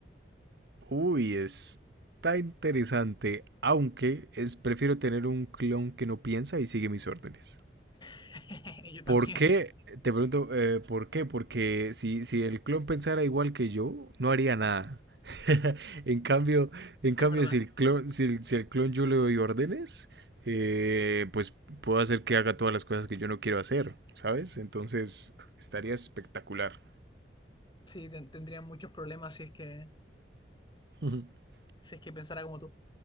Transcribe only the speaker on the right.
Uy, está interesante, aunque es prefiero tener un clon que no piensa y sigue mis órdenes.
¿Por qué? Te pregunto, eh, ¿por qué? Porque si, si el clon pensara igual que yo, no haría nada. <laughs> En cambio, en cambio,
si el clon, si el, si el clon yo le doy órdenes, eh, pues puedo hacer que haga todas las cosas que yo no quiero hacer, ¿sabes? Entonces, estaría espectacular.
<laughs>